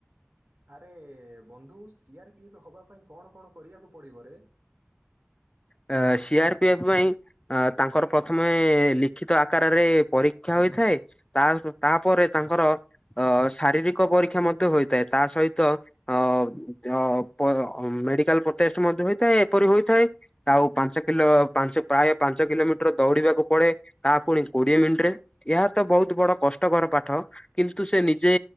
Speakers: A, on the right; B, on the left.
A: ଆରେ ବନ୍ଧୁ ସି ଆର୍ ପି ଏଫ୍ ହେବା ପାଇଁ କଣ କଣ କରିବାକୁ ପଡ଼ିବ ରେ?
B: ଏ ସି ଆର୍ ପି ଏଫ୍ ପାଇଁ ଅ ତାଙ୍କର ପ୍ରଥମେ ଲିଖିତ ଆକାରରେ ପରୀକ୍ଷା ହୋଇଥାଏ। ତା ତାପରେ ତାଙ୍କର ଅ ଶାରୀରିକ ପରୀକ୍ଷା ମଧ୍ୟ ହୋଇଥାଏ ତା ସହିତ ଅ ମଧ୍ୟ ପ ମେଡିକାଲ ଟେଷ୍ଟ ମଧ୍ୟ ହୋଇଥାଏ ଏପରି ହୋଇଥାଏ। ଆଉ ପାଞ୍ଚ କିଲୋ ପାଞ୍ଚ ପ୍ରାୟ ପାଞ୍ଚ କିଲୋମିଟର ଦୌଡିବାକୁ ପଡେ ତାହା ପୁଣି କୋଡିଏ ମିଣ୍ଟିରେ। ଏହା ତ ବହୁତ ବଡ କଷ୍ଟକର ପାଠ। କିନ୍ତୁ ସେ ନିଜେ